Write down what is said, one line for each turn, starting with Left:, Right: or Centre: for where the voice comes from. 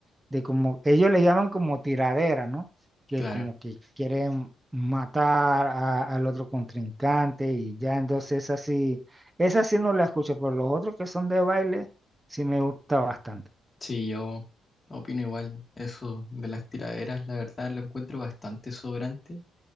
Right: de como ellos le llaman como tiradera, ¿no? Que
Left: claro.
Right: como que quieren matar a- al otro contrincante y ya entonces esa sí, esa sí no la escucho, pero los otros que son de baile sí me gusta bastante.
Left: Sí, yo opino igual. Eso de las tiraderas, la verdad, lo encuentro bastante sobrante.